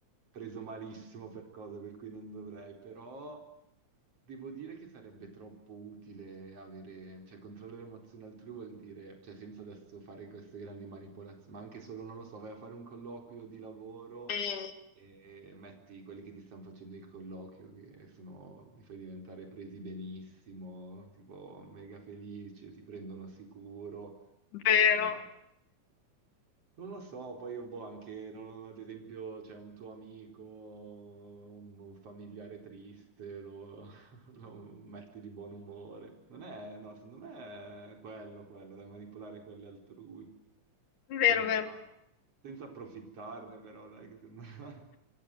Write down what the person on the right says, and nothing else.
preso malissimo per cose per cui non dovrei, però devo dire che sarebbe troppo utile avere, cioè controllare le emozioni altrui vuol dire, cioè senza adesso fare queste grandi manipolazioni, ma anche solo, non lo so, vai a fare un colloquio di lavoro
e metti quelli che ti stanno facendo il colloquio, che sono, li fai diventare presi benissimo, tipo mega felici, ti prendono sicuro.
eh. non lo so, poi io boh, anche, non- ad esempio, c'è un tuo amico, un, un familiare triste, lo, <laughs> lo metti di buon umore. Non è, no, secondo me è quello, quello, da manipolare quelli altrui,
senza,
senza approfittarne però, dai, che sembra <laughs>